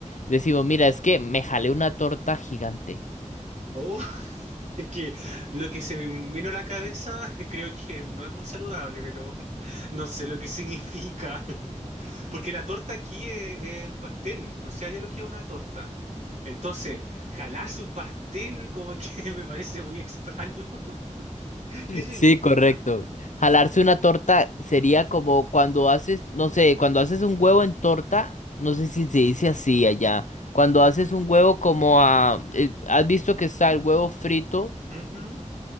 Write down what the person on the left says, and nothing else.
decimos, mira, es que me jalé una torta gigante.
Sí, correcto. Jalarse una torta sería como cuando haces, no sé, cuando haces un huevo en torta, no sé si se dice así allá. Cuando haces un huevo como a, eh, ¿has visto que está el huevo frito,